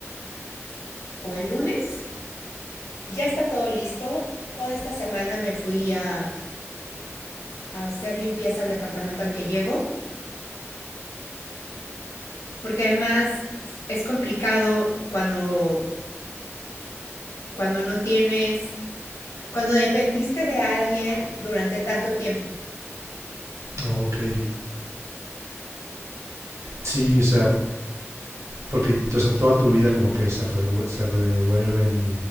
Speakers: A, on the left (about 85°); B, on the right (about 80°).
A: o el lunes. Ya está todo listo. Toda esta semana me fui a, a hacer limpieza al departamento al que llego, porque además es complicado cuando, cuando no tienes, cuando dependiste de alguien durante tanto tiempo.
B: Ok. Sí, o sea, porque, o sea, toda tu vida como que se, revu- se revuelve en,